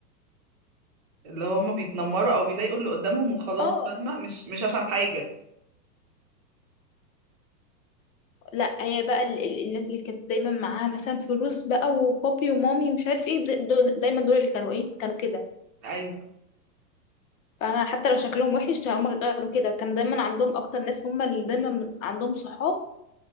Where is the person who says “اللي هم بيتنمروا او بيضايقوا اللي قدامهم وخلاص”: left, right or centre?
Right